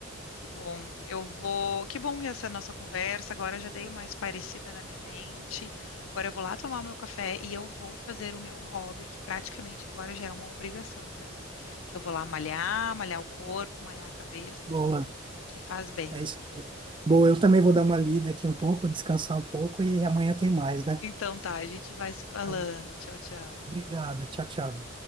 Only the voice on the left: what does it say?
Que bom. Eu vou. Que bom que essa é a nossa conversa. Agora eu já dei uma parecida na minha mente. Agora eu vou lá tomar o meu café e eu vou fazer o meu hobby, que praticamente agora já é uma obrigação para mim. Que eu vou lá malhar, malhar o corpo, malhar a cabeça,
que, que faz bem.
Então tá, a gente vai se falando.
Tchau, tchau.